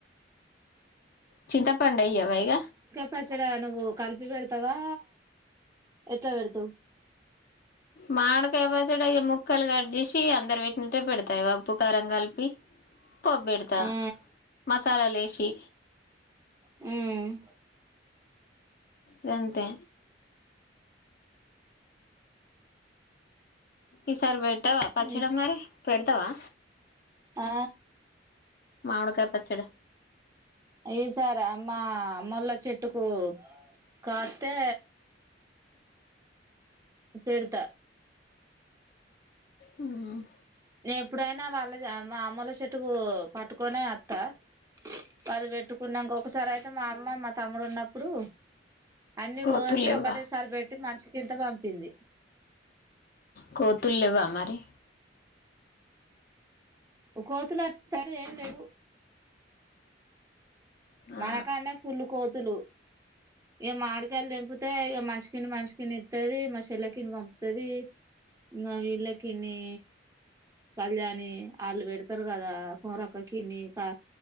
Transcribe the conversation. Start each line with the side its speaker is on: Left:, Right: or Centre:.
Left: చింతపండెయ్యవా ఇగ
Right: పచ్చడ నువ్వు కలిపి పెడతావా ఎట్లా పెడతావ్
Left: మాడకాయపచ్చడా ఇగ ముక్కలు కట్ చేేసి అందరు పెట్టినట్టే పెడతా ఉప్పు కారం కలిపి పోబ్ పెడుతా
Right: ఆ
Left: మసాలాలు ఎసి
Right: ఉమ్
Left: గంతే ఈసారి పెట్టావా పచ్చడ
Right: ఉమ్
Left: మరి పెడుతావా
Right: ఆ
Left: మామీడికాయ్ పచ్చడ
Right: ఈ సారామ్మ అమ్మోల్ల చెట్టుకు కాత్తే పెడుత
Left: హ్మ్
Right: నే ఎప్పుడైనా వాళ్ళ ఆ మా అమ్మెల్ల చెట్టుకూ పట్టుకొనే అత్తా వాళ్ళు వెట్టుకున్నంక ఒకసారైతే మా అమ్మ మా తమ్ముడు ఉన్నప్పుడు అన్ని
Left: కోతుల్లేవ్వ
Right: కోసి ఒకటేసారి పెట్టి మనషికింత పంపింది
Left: కోతుల్లెవ్వా మరి
Right: కోతులు అట్సైడ్ ఏం లెవ్వు మనకాన్నే
Left: ఆ
Right: ఫుల్లు కోతులు ఇగ మాడికాయలు దెంపితే ఇగ మనిష్ మనషకిన్ని ఇత్తది మా చెల్లెకిన్ని పంపుతది ఇంగ వీల్లకిన్నీ కళ్యాణి ఆళ్ళు పెడుతరు గదా కొమ్రక్కకిన్ని కా